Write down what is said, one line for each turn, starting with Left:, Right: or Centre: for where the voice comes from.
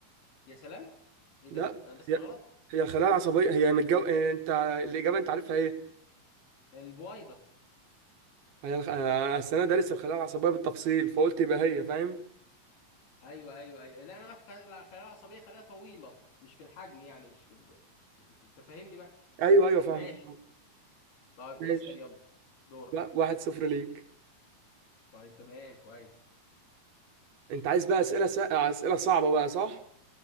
Left: يا سلام ايه
Right: لا
Left: ده انا بسأل
Right: هي
Left: غلط
Right: هي الخلايا العصبيه هي متجو... آه، انت الاجابه انت عارفها ايه
Left: البويضه
Right: انا الخ- أنا السنه دارس الخلايا العصبيه بالتفصيل فقلت يبقى هي فاهم
Left: ايوه ايوه ايوه لا انا اعرف خلايا خلايا العصبيه خلايا طويله مش في الحجم يعني مش في, ال... في... انت انت فاهمني بقى
Right: ايوه ايوه فاهم
Left: ماشي طيب اسأل
Right: ماشي
Left: يلا دورك
Right: لا واحد صفر ليك
Left: طيب تمام كويس
Right: انت عايز بقى اسئله س... اسئله صعبه بقى صح